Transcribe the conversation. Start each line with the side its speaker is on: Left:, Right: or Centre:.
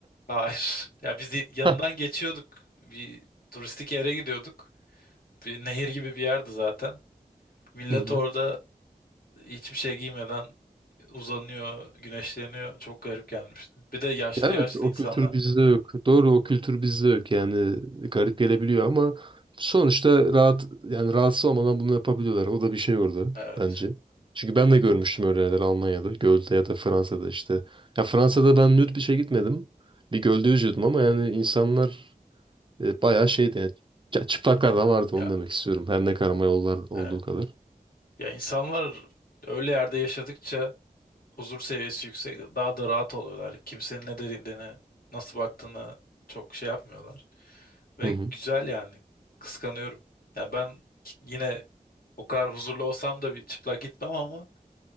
Left: Hayır. Ya biz y- yanından
Right: <laughs>
Left: geçiyorduk. Bir turistik yere gidiyorduk. Bir nehir gibi bir yerdi zaten. Millet
Right: Hı hı.
Left: orada hiçbir şey giymeden uzanıyor, güneşleniyor. Çok garip gelmişti. Bir de yaşlı
Right: Ya Evet
Left: yaşlı
Right: o
Left: insanlar.
Right: kültür bizde yok. Doğru o kültür bizde yok yani garip gelebiliyor ama sonuçta rahat yani rahatsız olmadan bunu yapabiliyorlar. O da bir şey orada
Left: Evet.
Right: bence. Çünkü ben de görmüştüm öyle yerler Almanya'da, Göl'de ya da Fransa'da işte. Ya Fransa'da ben nüt bir şey gitmedim. Bir gölde yüzüyordum ama yani insanlar e, bayağı şeydi. Yani, Ya çıplaklar da vardı onu
Left: Ya,
Right: demek istiyorum. Her ne karama yollar olduğu
Left: evet.
Right: kadar.
Left: Ya insanlar öyle yerde yaşadıkça huzur seviyesi yüksek. Daha da rahat oluyorlar. Kimsenin ne dediğini, nasıl baktığını çok şey yapmıyorlar. Ve
Right: Hı hı.
Left: güzel yani. Kıskanıyorum. Yani ben ki- yine o kadar huzurlu olsam da bir çıplak gitmem ama